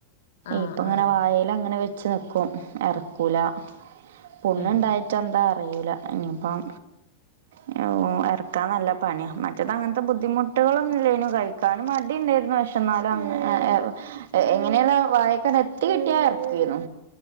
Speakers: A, on the left (about 85°); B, on the right (about 80°).
A: ആഹ്
B: ഇപ്പങ്ങനെ
A: ആഹ് ആഹ്
B: വായെലങ്ങനെ വെ ച്ച് നിക്കും എറക്കൂല പുണ്ണ്ണ്ടായിട്ട്
A: ഏഹ്
B: എന്താ കയ്യൂല ഇനിപ്പം പ ഇറക്കാൻ നല്ല പണിയ മറ്റേത് അങ്ങനത്തെ ബുദ്ധിമുട്ടുകളൊന്നുംല്ലനു കഴിക്കാനും മടി ല്ലായിരുന്നു പക്ഷെ ന്നാലും അങ്ങനെ <unintelligible> അങ്ങനെയല്ല വായക്കന്ന് എത്തി കിട്ടിയ എറകീന്നു